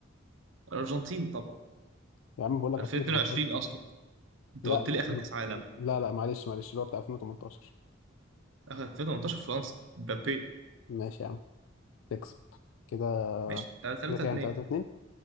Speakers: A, on the right (about 70°); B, on the left (about 75°).
A: الأرجنتين طبعا
B: يا عم بقول لك
A: 2022
B: 2018
A: قصدك انت
B: لا
A: قلت لي آخر كأس عالم
B: لا لا معلش معلش اللي هو بتاع 2018
A: آخر 2018 فرنسا مبابي
B: ماشي يا عم تكسب كده
A: ماشي 3
B: كده كام
A: 2
B: 3 2